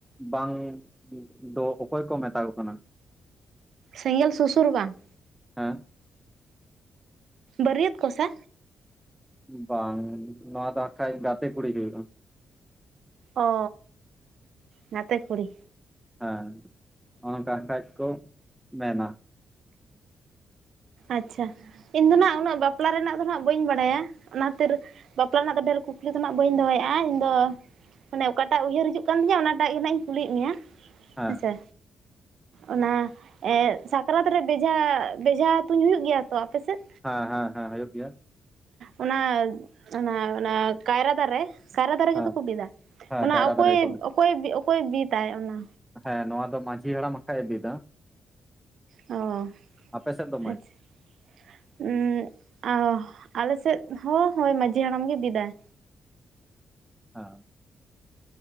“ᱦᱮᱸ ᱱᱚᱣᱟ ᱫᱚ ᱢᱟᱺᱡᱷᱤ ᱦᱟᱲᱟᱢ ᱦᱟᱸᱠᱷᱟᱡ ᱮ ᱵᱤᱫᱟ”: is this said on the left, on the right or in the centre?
Centre